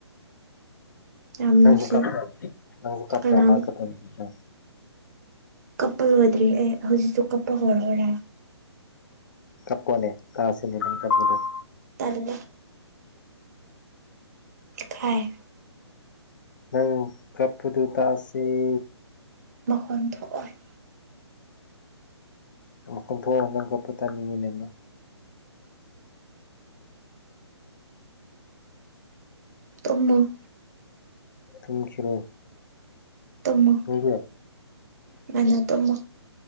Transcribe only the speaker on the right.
ꯌꯥꯝ ꯅꯨꯡꯁꯤ
ꯀꯅꯥꯝ
ꯀꯞꯄ ꯉꯣꯏꯗ꯭ꯔꯤ ꯑꯦ ꯍꯧꯖꯤꯛꯁꯨ ꯀꯞꯄ ꯍꯧꯔꯛꯎꯔꯦ
ꯇꯜꯂ‌ꯦ ꯊꯥꯏ꯫
ꯃꯈꯣꯟ ꯊꯣꯛꯑꫭꯏ꯫
ꯇꯃ
ꯇꯃ
ꯃꯅꯥ ꯇꯃ